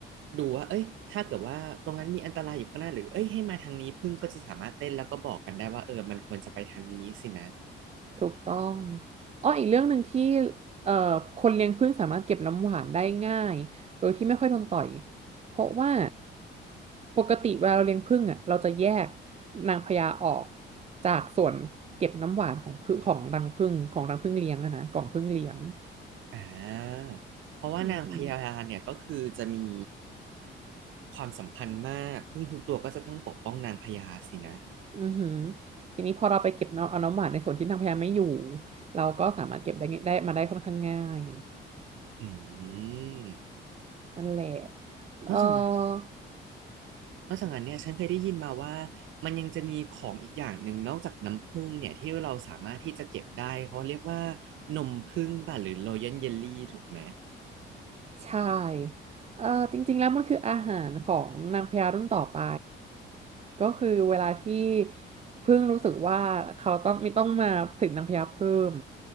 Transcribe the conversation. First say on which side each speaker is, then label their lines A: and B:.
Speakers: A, on the right (about 85°); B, on the right (about 35°).
A: ดูว่าเอ้ยถ้าเกิดว่าตรงนั้นมีอันตรายอยู่ข้างหน้าหรือเอ้ยให้มาทางนี้พึ่งก็จะสามารถเต้นแล้วก็บอกกันได้ว่าเออมันควรจะไปทางนี้สินะ
B: ถูกต้องอ้ออีกเรื่องหนึ่งที่เอ่อคนเลี้ยงผึ้งสามารถเก็บน้ำหวานได้ง่ายโดยที่ไม่ค่อยโดนต่อยเพราะว่า ปกติเวลาเราเลี้ยงผึ้งอ่ะเราจะแยกนางพญาออกจากส่วนเก็บน้ำหวานของผึ้งของรังผึ้งของรังผึ้งเลี้ยงอะนะกล่องผึ้งเลี้ยง
A: อ่าเพราะว่านางพญาเนี่ยก็คือจะมี
B: อือหือ
A: ความสำคัญมากพึ่งทุกตัวก็จะต้องปกป้องนางพญาสินะ
B: อือหือทีนี้พอเราไปเก็บน้ำเอาน้ำหวานในส่วนที่นางพญาไม่อยู่เราก็สามารถเก็บได้าได้มาได้ค่อนข้างง่าย
A: อืม
B: นั่นแหละ เออ
A: นอกจากนั้นนอกจากนั้นเนี่ยฉันเคยได้ยินมาว่ามันยังจะมีของอีกอย่างหนึ่งนอกจากน้ำผึ้งเนี่ยที่เราสามารถที่จะเก็บได้เขาเรียกว่านมผึ้งป่ะหรือ Royal Jelly ถูกไหม
B: ใช่เอ่อจริงๆแล้วมันคืออาหารของนางพญารุ่นต่อไปก็คือเวลาที่เพึ่งรู้สึกว่าเขาต้องมีต้องมาผลิตนางพญาเพิ่ม